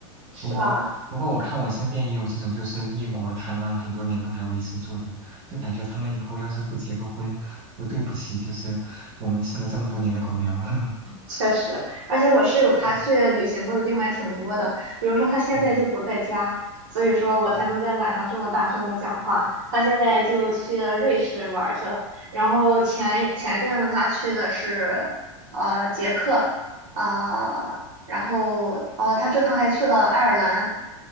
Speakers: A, on the right (about 65°); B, on the right (about 40°).
A: 是吧？
B: 不过，不过我看我身边也有这种，就是异国谈了很多年都还维持住的，就感觉他们以后要是不结个婚，都对不起，就是我们吃了这么多年的狗粮。
A: 确实，而且我室友他去旅行过的地方还挺多的，
B: <laughs> 嗯
A: 比如说他现在就不在家，
B: 嗯
A: 所以说我才能在晚上这么大声的讲话。
B: 嗯，
A: 他现在就去了瑞士玩儿去了，然后前前阵子他去的是呃捷克，啊、然后呃他这趟还去了爱尔兰，